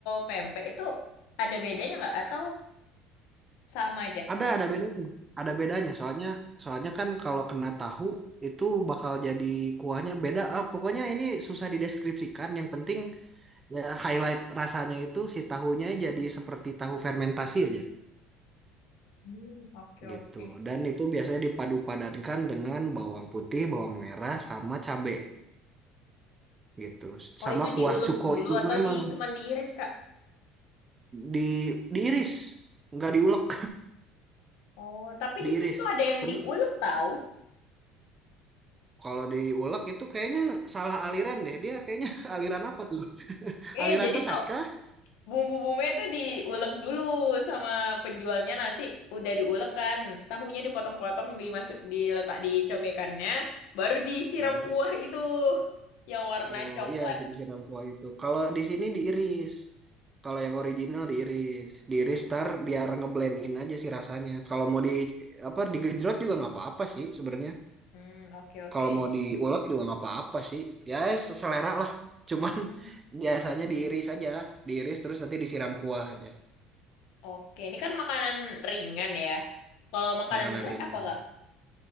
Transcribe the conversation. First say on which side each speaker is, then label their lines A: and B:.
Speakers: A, on the left; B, on the right.
A: pempek itu ada bedanya nggak atau sama aja?
B: Ada ada bedanya. Ada bedanya. Soalnya soalnya kan kalau kena tahu itu bakal jadi kuahnya beda. Ah, pokoknya ini susah dideskripsikan. Yang penting ya highlight rasanya itu si tahunya jadi seperti tahu fermentasi aja.
A: Hmm, oke oke.
B: gitu. Dan itu biasanya dipadu-padankan dengan bawang putih, bawang merah, sama cabe gitu.
A: Oh,
B: Sama
A: itu
B: kuah
A: diulek
B: cuko
A: dulu
B: itu
A: atau
B: memang
A: di cuman diiris, Kak?
B: di diiris, nggak diulek,
A: Oh, tapi
B: <laughs> diiris.
A: di sini tuh ada yang
B: Terus
A: diulek tahu.
B: kalau diulek itu kayaknya salah aliran deh. Dia kayaknya <laughs> aliran apa tuh?
A: Iya,
B: Aliran
A: jadi
B: sesat
A: tuh
B: kah?
A: bumbu-bumbunya tuh diulek dulu sama penjualnya nanti udah diulek kan. Tahunya dipotong-potong dimasuk diletak di cobekannya, baru disiram
B: Ya.
A: kuah itu yang warna
B: Oh
A: coklat.
B: iya sih disiram kuah itu. Kalau di sini diiris. Kalau yang original diiris, diiris tar biar ngeblendin aja sih rasanya. Kalau mau di apa digejrot juga nggak apa-apa sih sebenarnya.
A: Hmm, oke oke.
B: kalau mau diulek juga nggak apa-apa sih ya seselera lah cuman
A: Hmm,
B: <laughs> biasanya diiris aja diiris terus nanti disiram kuah aja
A: oke. Ini kan makanan ringan ya. Kalau makanan
B: makanan
A: berat
B: ringan
A: apa, Kak?